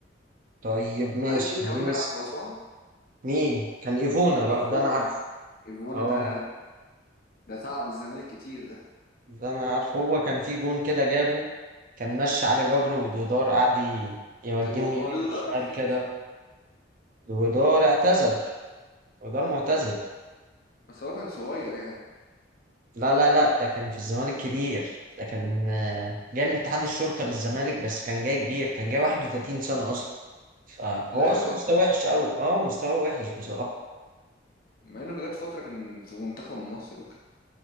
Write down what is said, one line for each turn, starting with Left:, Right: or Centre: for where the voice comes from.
Right: طيب ماشي
Left: عارف مين
Right: خلينا
Left: كمان بيلعب في اسوان
Right: مين كان ايفونا بقى
Left: ايفونا
Right: ده انا عارفه
Left: ايفونا
Right: اه
Left: ده ده تعب الزمالك كتير ده
Right: ده انا عارفه هو كان في جون كده جابه كان ماشي علي جبر ودودار قعد ي- يوجههم
Left: ده
Right: يمين
Left: هو
Right: وشمال
Left: ده راح فين
Right: كده
Left: صح
Right: ودودار اعتزل ودودار معتزل
Left: بس هو كان صغير يعني
Right: لا لا لا ده كان في الزمالك كبير ده كان آه، جاي من اتحاد الشرطة للزمالك بس كان جاي كبير كان جاي 31 سنة اصلا فهو
Left: لا
Right: اصلا
Left: يا راجل
Right: مستواه وحش قوي اه مستواه وحش بصراحة
Left: مع انه جت فتره كان في منتخب مصر وكده